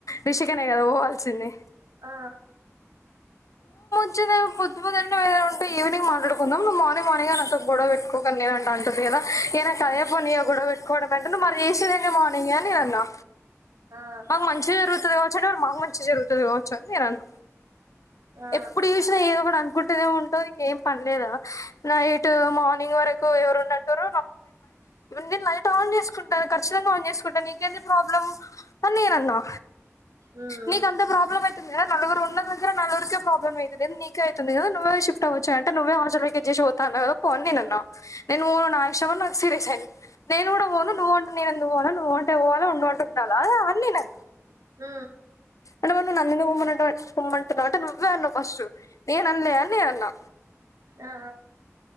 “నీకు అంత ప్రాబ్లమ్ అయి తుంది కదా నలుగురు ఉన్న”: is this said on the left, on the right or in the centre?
Left